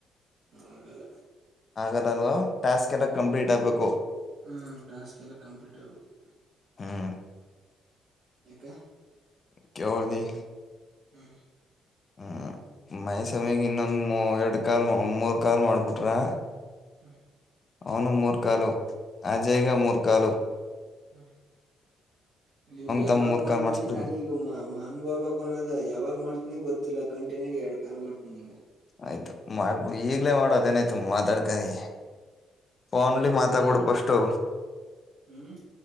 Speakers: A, on the right; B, on the left.
A: ಆಗಲ್ಲ
B: ಆಗಲ್ಲ ಅಲ್ವಾ ಟಾಸ್ಕ್ ಎಲ್ಲ
A: ಹ್ಮ್
B: ಕಂಪ್ಲೀಟ್ ಆಗ್ಬೇಕು
A: ಹ್ಮ್ ಟಾಸ್ಕ್ ಎಲ್ಲ ಕಂಪ್ಲೀಟ್ ಆಗ್ಬೇಕು
B: ಹ್ಮ್
A: ಏಕೆ
B: <unintelligible>
A: ಹ್ಮ
B: ಹ್ಮ ಮೈಸಮಗ್ ಇನ್ನೊಂದು ಮೂ ಎರಡ್ ಕಾಲ್ ಮೂರ್ ಕಾಲ್ ಮಾಡ್ಬಿಟ್ರೆ
A: ಹ್ಮ
B: ಅವನು ಮೂರ್ಖಲು ಅಜಯಗ ಮೂರ್ಖಲು
A: ಹಾ ಈಗ ಯಾವಾಗ್
B: ತಮ್ಮ ಮೂರ್
A: ಮಾಡ್ತನಿ
B: ಕಾಲ್ ಮಾಡ್ಸ್ಬಿಡಿ
A: ನಾನೀಗ ಮಾನುಭಾಬಕ್ಕನದ ಯಾವಾಗ್ ಮಾಡ್ತೀನಿ ಗೊತ್ತಿಲ್ಲ ಕಂಟಿನ್ಯಿ ಎರಡ್ ಕಾ ಮಾಡ್ತನಿಂಗ
B: ಆಯ್ತು ಮಾಡ್ಕೊಡು ಈಗ್ಲೇ ಮಾಡು ಅದೇನಾಯ್ತು ಮಾತಾಡ್ಕನಿ ಫೋನ್
A: ಮನೆಗ್
B: ನ್ಲಿ
A: ಹೋಗಿ
B: ಮಾತಾಬಿಡ್ಫಷ್ಟು
A: ಹ್ಮ್